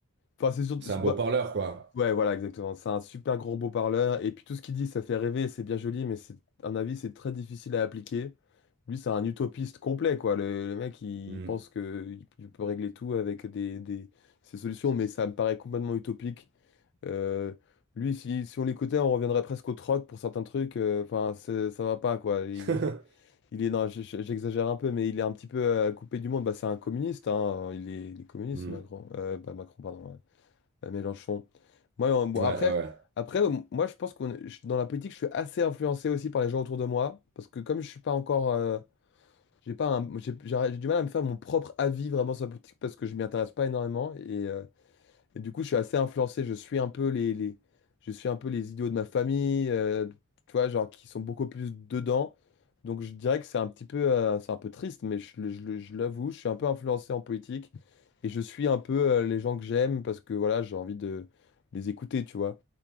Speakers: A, on the left; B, on the right.
A: Enfin, c'est surtout.
B: C'est
A: c'est-
B: un beau
A: bah,
B: parleur, quoi.
A: Ouais, voilà, exactement. C'est un super gros beau parleur. Et puis tout ce qu'il dit, ça fait rêver, c'est bien joli, mais c'est, à mon avis, c'est très difficile à appliquer. Lui, c'est un utopiste complet, quoi. Le, le mec, il,
B: Hmm.
A: pense que il il peut régler tout avec des, des, ses solutions, mais ça me paraît complètement utopique. Euh, lui, si, si on l'écoutait, on reviendrait presque au troc pour certains trucs. Euh, Enfin, c'est- ça va pas, quoi. Il,
B: <laughs>
A: il est, non, j- j- j'exagère un peu, mais il est un petit peu euh, coupé du monde. Bah, c'est un communiste, hein. Il est, il est communiste,
B: Hmm.
A: Macron. Euh, bah, Macron, pardon. ouais à Mélenchon. Moi, en- bon,
B: Ouais,
A: après,
B: ouais,
A: après, euh, moi, je pense qu'on, est- je- dans la politique, je suis assez influencé aussi par les gens autour de moi, parce que comme je suis pas encore, euh, j'ai pas, un- j'ai j'ai- j'ai du mal à me faire mon propre avis vraiment sur la politique parce que je m'y intéresse pas énormément et euh, et du coup, je suis assez influencé. Je suis un peu les, les, je suis un peu les idiots de ma famille, euh, tu vois, genre qui sont beaucoup plus dedans. Donc, je dirais que c'est un petit peu, euh, c'est un peu triste, mais je, le- je le- je l'avoue, je suis un peu influencé en politique et je suis un peu euh, les gens que j'aime parce que voilà, j'ai envie de les écouter, tu vois.